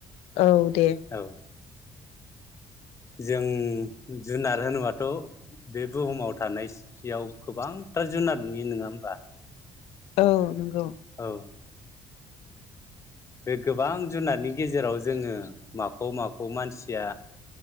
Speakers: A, on the left (about 80°); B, on the left (about 30°).
A: औ दे
B: औ जों जुनार होनोबाथ' बे बुहुमाव थानाय सेयाव गोबांथार जुनार नुयो नङा होमबा
A: औ नंगौ
B: औ बे गोबां जुनारनि गेजेराव जोङो माखौ माखौ मानसिया